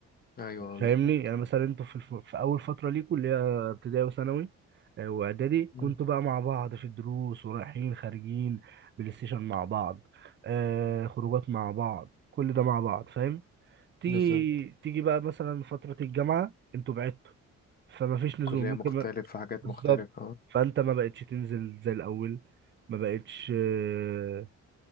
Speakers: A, on the left; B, on the right.
A: ايوه
B: فاهمني
A: بالظبط
B: يعني مثلا انتوا في الف... في اول فتره ليكوا اللي هي ابتدائي وثانوي آه، واعدادي
A: مم.
B: كنتوا بقى مع بعض في الدروس ورايحين خارجين بلاي ستيشن مع بعض آه خروجات مع بعض كل ده مع بعض فاهم تيجي
A: بالظبط
B: تيجي بقى مثلا فتره الجامعه انتوا بعدتوا فما فيش نزول
A: كلية
B: ممكن
A: مختلفة
B: ما...
A: حاجات
B: بالظبط
A: مختلفة اه
B: فانت ما بقتش تنزل زي الاول ما بقتش آه،